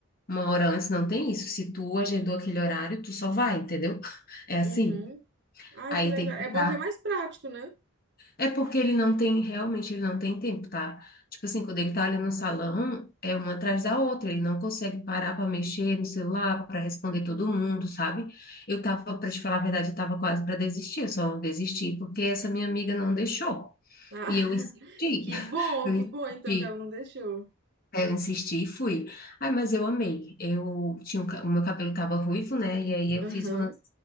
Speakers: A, on the left; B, on the right.
A: uma hora antes, não tem isso. Se tu agendou aquele horário, tu só vai, entendeu? <laughs> É assim.
B: Uhum. Ai,
A: Aí
B: que legal.
A: tem
B: É
A: que estar
B: bom que é mais prático, né?
A: É porque ele não tem, realmente, ele não tem tempo, tá? Tipo assim, quando ele tá ali no salão, é uma atrás da outra, ele não consegue parar para mexer no celular, para responder
B: Uhum.
A: todo mundo, sabe? Eu tava, para te falar a verdade, eu tava quase para desistir, eu só desisti porque essa minha amiga não deixou.
B: Ah,
A: E eu
B: <laughs>
A: insisti. <laughs>
B: que bom,
A: Eu
B: que bom então
A: insisti.
B: que ela não deixou.
A: é, Eu insisti e fui. Ai, mas eu amei. Eu tinha, o ca- o meu cabelo tava ruivo, né? E aí eu
B: Aham.
A: fiz uma